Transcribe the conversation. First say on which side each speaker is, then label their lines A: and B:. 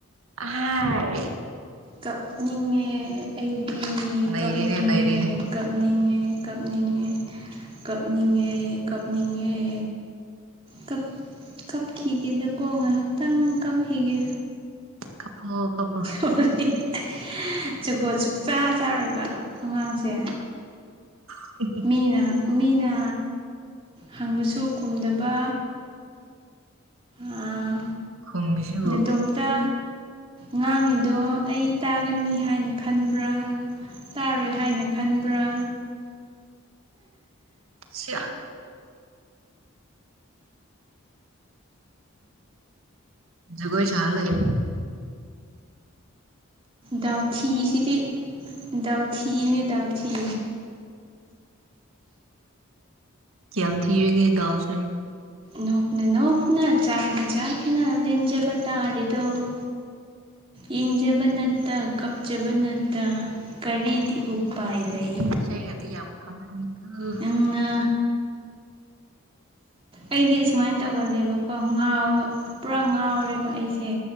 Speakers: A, on the right; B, on the right.
A: ꯑꯍꯥꯏ
B: ꯀꯞꯅꯤꯡꯉꯦ ꯑꯩꯗꯤ
A: ꯅꯩꯔꯦꯅꯦ
B: ꯀꯞꯅꯤꯡꯉꯦ
A: ꯅꯩꯔꯦꯅꯦ
B: ꯀꯞꯅꯤꯡꯉꯦ ꯀꯞꯅꯤꯡꯉꯦ ꯀꯞꯅꯤꯡꯉꯦ ꯀꯞꯅꯤꯡꯉꯦ ꯀꯞ ꯀꯞꯈꯤꯒꯦꯗꯀꯣ ꯉꯥꯏꯍꯥꯛꯇꯪ ꯀꯞꯈꯤꯒꯦ
A: ꯀꯞꯄꯣ ꯀꯞꯄꯣ
B: <unintelligible> ꯖꯨꯒꯣꯠ ꯁꯨꯛꯆꯥ ꯆꯥꯔꯣꯏꯕ ꯑꯉꯥꯡꯁꯦ
A: <unintelligible>
B: ꯃꯤꯅ ꯃꯤꯅ ꯍꯪꯕꯁꯨ ꯈꯨꯝꯗꯕ ꯑꯥ
A: ꯈꯨꯝꯃꯤꯁꯤꯕꯨ
B: ꯅꯇꯣꯝꯇ ꯉꯥꯡꯉꯤꯗꯣ ꯑꯩ ꯇꯥꯒꯅꯤ ꯍꯥꯏꯅ ꯈꯟꯕ꯭ꯔꯥ ꯇꯥꯔꯣꯏ ꯍꯥꯏꯅ ꯈꯟꯕ꯭ꯔꯥ
A: ꯁꯤꯌꯥ ꯖꯒꯣꯏ ꯁꯥꯔ ꯂꯩꯌꯨ
B: ꯗꯥꯎꯊꯤꯁꯤꯗꯤ ꯗꯥꯎꯊꯤꯅꯦ ꯗꯥꯎꯊꯤ
A: ꯀꯌꯥꯝ ꯊꯤꯔꯤꯒꯦ ꯗꯥꯎꯁꯦ
B: ꯅꯣꯛꯅ ꯅꯣꯛꯅ ꯆꯥꯛꯥꯛ ꯅ ꯆꯥꯛꯅ ꯂꯟꯖꯕꯇꯥꯔꯦꯗꫭ ꯌꯦꯡꯖꯕ ꯅꯠꯇ ꯀꯞꯆꯕ ꯅꯠꯇ ꯀꯔꯤꯗꯤ ꯎꯄꯥꯏ ꯂꯩ
A: ꯏꯁꯩ ꯒꯥꯗꯤ ꯌꯥꯝ ꯈꯪꯉꯝꯃꯤꯀꫭ
B: ꯅꯪꯅ ꯑꯩꯗꯤ ꯁꯨꯃꯥꯏꯅ ꯇꯧꯒꯜꯂꯦꯕꯀꯣ ꯉꯥꯎꯕ ꯄꯨꯔꯥ ꯉꯥꯎꯔꯦꯕ ꯑꯩꯁꯦ